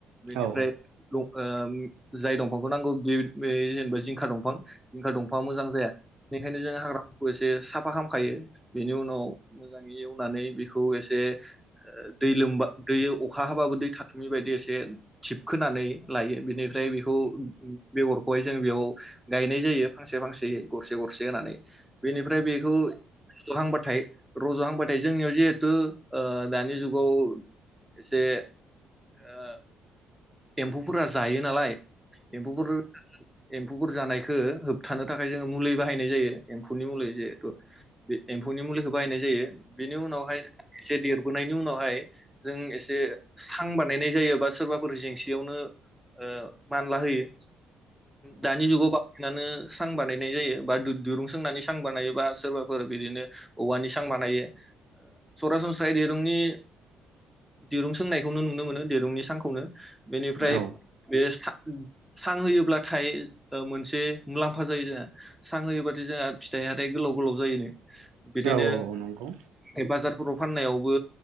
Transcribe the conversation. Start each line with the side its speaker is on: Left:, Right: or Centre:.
Centre: बेनिफ्राय
Right: औ
Centre: नक ओह जाय दंफांखौ नांगौ बेद बे जेनेबा जिंखा दंफां जिंखा दंफाङा मोजां जाया बेनिखायनो जों हाग्राफोरखौ एसे साफा खालामखायो बेनि उनाव मोजाङै एव नानै बेखौ एसे दै लोमबा दै अखा हाबाबो दै थाथुमि बायदि एसे थिबखोनानै लायो बेनिफ्राय बेखौ बेगरखौहाय जों बेयाव गायनाय जायो फांसे फांसे गरसे गरसे होनानै। बेनिफ्राय बेखौ हांबाथाय रज'हांबा <inaudible> जोंनियाव जिहेतु ओ दानि जुगाव एसे ओ एम्फौफोरा जायो नालाय एम्फौफोर एम्फौफोर जानायखो होबथानो थाखाय जोङो मुलि बाहायनाय जायो एम्फौनि मुलि जिहेथु बे एम्फौनि मुलिखो बाहायनाय जायो। बेनि उनावहाय एसे देरबोनायनि उन अहाय जों एसे सां बानायनाय जायो। बा सोरबाफोर जेंसियावनो ओ मानला होयो। दानि जुगाव बा सिनानो सां बानायनाय जायो बा दु-दुरुं सोंनानै सां बानायोबा सोरबाफोर बिदिनो औवानि सां बानायो। सरासनस्रायै दिरुंनि दिरुं सोंनायखौनो नुनो मोनो दिरुंनि सांखौनो। बेनिफ्राय
Right: औ
Centre: बे <inaudible> सां होयोब्ला थाइ ओ मोनसे मुलाम्फा जायो जोंहा सां होयोबाथाय जोंहा फिथाइ हाथाइ गोलाव-गोलाव जायोनो। बिदिनो
Right: औ औ नंगौ
Centre: ए बाजार बर' फाननायावबो